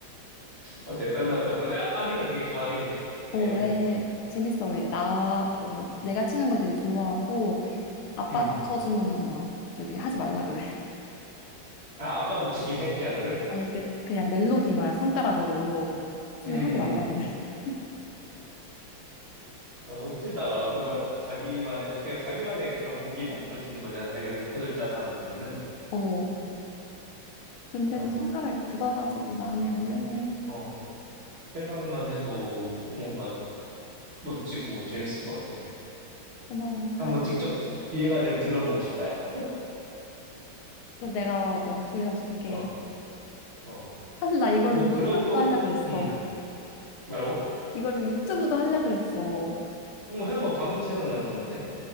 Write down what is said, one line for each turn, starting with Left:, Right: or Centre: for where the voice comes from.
Right: 어, 대단하다. 그럼 애- 아기는 되게 좋아하겠네. 그
Left: 어,
Right: 애는.
Left: 애 재밌어. 애. 나, 어, 내가 치는 거 되게 좋아하고 아빠가
Right: 음.
Left: 쳐주면은 막 저기 하지 말라 그래. <laughs>
Right: 아, 아빠도 치긴 해, 피아노를.
Left: 아니 그, 그냥 멜로디만 손가락으로
Right: 음.
Left: 치면
Right: 음.
Left: 하지 말라 그래. <laughs>
Right: 아, 멋지다. 그러니까 자기만의 어떻게 해요? 자기만의 그런 곡이 만들어지는 거잖아. 자기가 그냥 코드를 짜서 하는 거면은.
Left: 어, 그런데도
Right: 야,
Left: 손가락이 굳어가지고 마음에 안 드네.
Right: 어. 생각만 해도 뭔가 멋지고 재밌을 것 같아.
Left: 고마워. 다시
Right: 한번 직접 기회가 되면 들어보고 싶다, 야.
Left: 그거 내가 원 들려줄게
Right: 어, 어.
Left: 사실 나 이걸로
Right: 너
Left: 유튜브도
Right: 그런 거,
Left: 하려 그랬어.
Right: 음,
Left: <laughs>
Right: 뭐라고?
Left: 이걸로 유튜브도 하려 그랬어.
Right: 어, 해봐. 방금 생각난 건데.